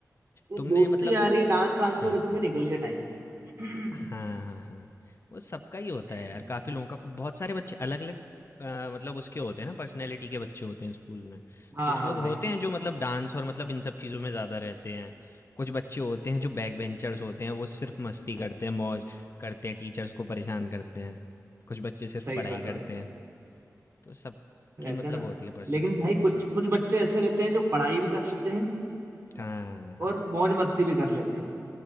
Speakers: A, on the right (about 45°); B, on the left (about 45°).
A: तो
B: तुमने
A: दोस्ती
B: मतलब
A: आ रही डांस वांस
B: हाँ
A: और इसमें निकल गया टाइम <clears throat>
B: हाँ हाँ हाँ वो सबका ही होता
A: <coughs>
B: है यार काफ़ी लोगों का बहुत सारे बच्चे अलग अलग मतलब उसके होते हैं ना पर्सनैलिटी के बच्चे होते हैं स्कूल में
A: हाँ
B: कुछ
A: हाँ
B: लोग
A: भाई
B: होते हैं जो मतलब डांस और मतलब इन सब चीज़ों में ज़्यादा रहते हैं कुछ बच्चे होते हैं जो बैक बेंचर्स होते हैं वो सिर्फ मस्ती करते हैं मौज करते हैं टीचर्स को परेशान करते हैं कुछ बच्चे सिर्फ
A: सही
B: पढ़ाई
A: बात
B: करते
A: है भाई
B: हैं तो सबकी
A: रहते
B: मतलब
A: हैं ना
B: होती है पर्सनैलिटी
A: लेकिन भाई
B: भाई
A: कुछ कुछ बच्चे ऐसे रहते हैं जो पढ़ाई भी कर लेते हैं
B: हाँ
A: और मौज मस्ती भी कर लेते हैं